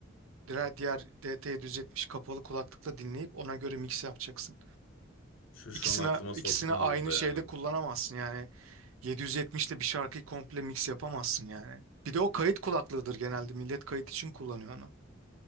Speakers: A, on the right (about 80°); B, on the left (about 70°).
A: Diğer, diğer DT'yi düzeltmiş kapalı kulaklıkla dinleyip ona göre mix yapacaksın.
B: Şu, şu
A: İkisine
B: an aklıma
A: ikisini
B: soktun
A: aynı
B: onu da
A: şeyde
B: ya.
A: kullanamazsın yani 770 ile bir şarkıyı komple mix yapamazsın yani. Bir de o kayıt kulaklığıdır genelde millet kayıt için kullanıyor onu.